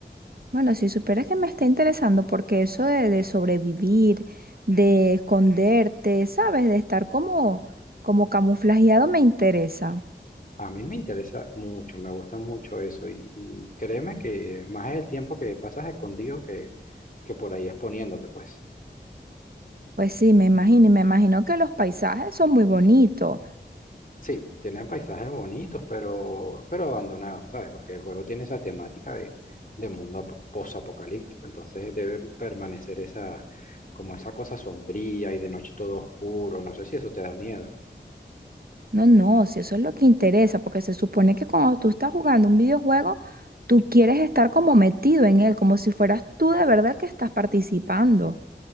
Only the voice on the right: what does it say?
Bueno, si supieras que me está interesando, porque eso de, de sobrevivir, de esconderte, ¿sabes? De estar como, como camuflajeado me interesa.
Pues sí, me imagino, y me imagino que los paisajes son muy bonitos.
No, no, si eso es lo que interesa, porque se supone que cuando tú estás jugando un videojuego, tú quieres estar como metido en él, como si fueras tú de verdad que estás participando.